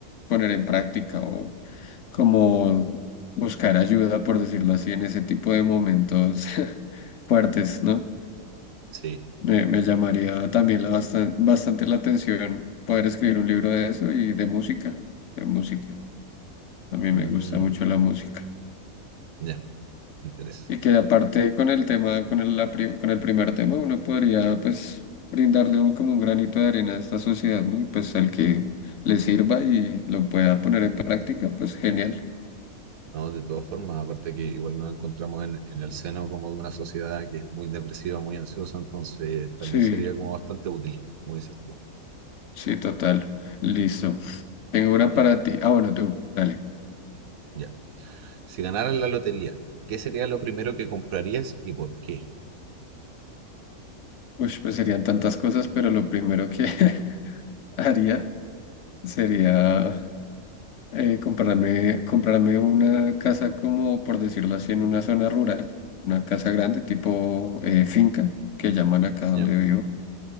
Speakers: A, on the left; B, on the right.
A: poner en práctica o como buscar ayuda, por decirlo así, en ese tipo de momentos <laughs> fuertes, ¿no?
B: Sí.
A: Me, me llamaría también la bastan- bastante la atención poder escribir un libro de eso y de música, de música. A mí
B: Mm,
A: me gusta mucho la música.
B: ya, me interesa.
A: Y que aparte con el tema, con el, la pri- con el primer tema, uno podría pues brindarle un- como un granito de arena a esta sociedad, ¿no? Y pues al que le sirva y lo pueda poner en práctica, pues genial.
B: No, de todas formas, aparte que igual nos encontramos en, en el seno como de una sociedad que es muy depresiva, muy ansiosa, entonces también
A: Sí,
B: sería como bastante útil, como dices tú.
A: sí, total. Listo.
B: Sí,
A: Tengo una
B: ya,
A: para ti. Ah, bueno, tú, dale.
B: ya. Si ganaras la lotería, ¿qué sería lo primero que comprarías y por qué?
A: Uy, pues serían tantas cosas, pero lo primero que <laughs> haría sería eh, comprarme, comprarme una casa como, por decirlo así, en una zona rural, una casa grande tipo eh, finca, que llaman acá donde
B: Ya,
A: vivo,